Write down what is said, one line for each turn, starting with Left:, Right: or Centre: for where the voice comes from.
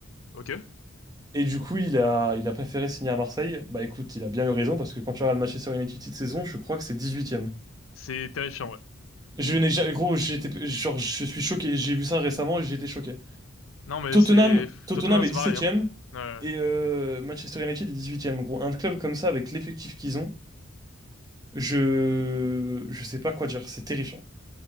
Left: Ok.
Right: Et du coup, il a, il a préféré signer à Marseille. Bah écoute, il a bien eu raison parce que quand tu regardes Manchester United cette saison, je crois que c'est dix-huitième.
Left: C'est terrifiant, ouais.
Right: Je n'ai jamais, gros, j'étais, genre, je suis choqué. J'ai vu ça récemment et j'ai été choqué.
Left: Non, mais
Right: Tottenham,
Left: c'est...
Right: Tottenham
Left: Tottenham,
Right: est
Left: c'est
Right: dix-septième
Left: pareil, hein. Euh,
Right: et euh, Manchester United est dix-huitième. Gros, un club comme ça avec l'effectif qu'ils ont, je, je sais pas quoi dire. C'est terrifiant.